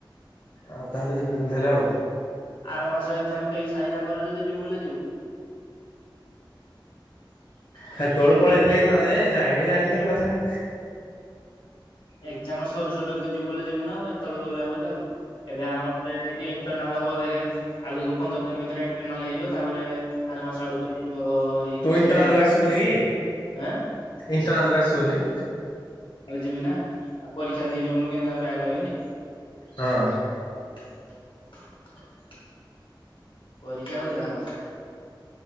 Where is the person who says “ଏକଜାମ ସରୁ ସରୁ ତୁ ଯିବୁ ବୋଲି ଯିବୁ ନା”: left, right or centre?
Left